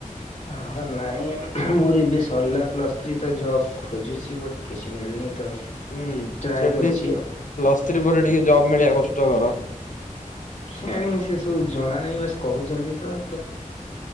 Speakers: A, on the left; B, on the left.
A: ଆହୋ ନହିଁ ମୋର ଏବେ ସରିଲା ପ୍ଲସ୍ ଥ୍ରୀ ତ ଜବ୍ ଖୋଜୁଛି ବଟ୍ କିଛି ମିଳୁନି ତ
B: ହୁଁ
A: ଟ୍ରାଏ
B: ସେଠି
A: କରିଛି
B: ଟିକ୍
A: ଆଉ।
B: ପ୍ଲସ୍ ଥ୍ରୀ ପରେ ଟିକେ ଜବ ମିଳିବା କଷ୍ଟକର।
A: କେଜାଣି ସେ ସବୁ ଜଣା ନାହିଁ ବାସ୍ କହୁଚନ୍ତି ତ